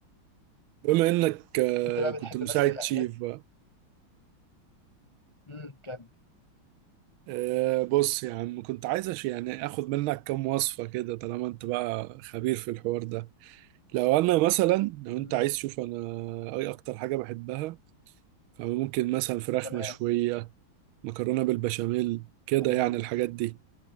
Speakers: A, on the right; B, on the left.
A: بما انك آه،
B: انت بقى
A: كنت
B: بتحب
A: مساعد
B: مثلا الاكلات
A: شيف بقى
B: امم كم
A: آه، بص يا عم كنت عايز أش- يعني اخد منك كام وصفة كده طالما انت بقى خبير في الحوار ده لو انا مثلا لو انت
B: امم
A: عايز تشوف انا اي اكتر حاجة بحبها فممكن مثلا فراخ
B: تمام
A: مشوية مكرونة بالبشاميل كده
B: تمام
A: يعني الحاجات دي